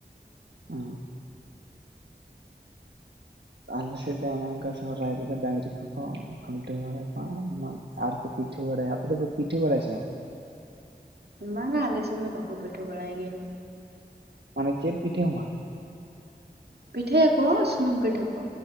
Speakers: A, on the right; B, on the right.
A: ᱚ, ᱟᱞᱮ ᱥᱮᱫ ᱫᱚ ᱚᱱᱮ ᱚᱱᱠᱟ ᱥᱚᱦᱟᱭ ᱨᱮ ᱫᱚ ᱰᱟᱹᱝᱨᱤ ᱠᱚᱠᱚ ᱠᱷᱩᱱᱴᱟᱹᱣ ᱵᱟᱲᱟ ᱠᱚᱣᱟ᱾ ᱟᱨ ᱠᱚ ᱯᱤᱴᱷᱟᱹ ᱵᱟᱲᱟᱭᱟ᱾ ᱟᱯᱮ ᱫᱚ ᱯᱤᱴᱷᱟᱹ ᱵᱟᱲᱟᱭᱼᱟ ᱥᱮ ᱵᱟᱝ?
B: ᱵᱟᱝᱼᱟ ᱟᱞᱮ ᱥᱮᱱ ᱫᱚ ᱵᱟᱠᱚ ᱯᱤᱴᱷᱟᱹ ᱵᱟᱲᱟᱭ ᱜᱮᱭᱟ᱾
A: ᱢᱟᱱᱮ ᱪᱮᱫ ᱯᱤᱴᱷᱟᱹ ᱦᱚᱸ‌ ᱵᱟᱝ?
B: ᱯᱤᱴᱷᱟᱹᱭ ᱟᱠᱚ ᱥᱩᱱᱩᱢ ᱯᱤᱴᱷᱟᱹ ᱠᱚ,